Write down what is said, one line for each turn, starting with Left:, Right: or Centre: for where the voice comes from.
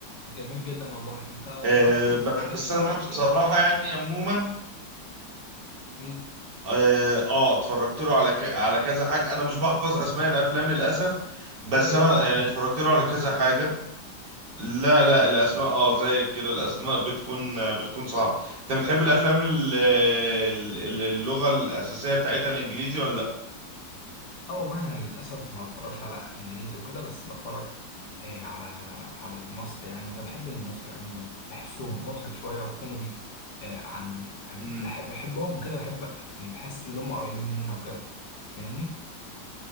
Left: جميل جدا والله انت اتفرجت
Right: أه بس
Left: لفريد شوقي
Right: انا
Left: كتير
Right: بصراحه يعني عموما
Left: مين
Right: اه آه، اتفرجت له على ك على كذا حاجه انا مش بحفظ اسماء الافلام للاسف بس
Left: زي
Right: انا
Left: يعني
Right: يعني اتفرجت له على كذا حاجه لا لا الاسماء اه زيك كده الاسماء بتكون بتكون صعبه انت بتحب الافلام ال- ال- ال- اللغه الاساسيه بتاعتها الانجليزي ولا لا
Left: اه والله انا للاسف ما بتفرجش على انجليزي وكده بس بتفرج آه على على المصري يعني وكده بحب المصري عموما بحسه مضحك شويه وكوميدي آه عن يعني
Right: امم
Left: بحب بحبهم وكده بحب يعني بحس ان هم قريبين مننا وكده فاهمني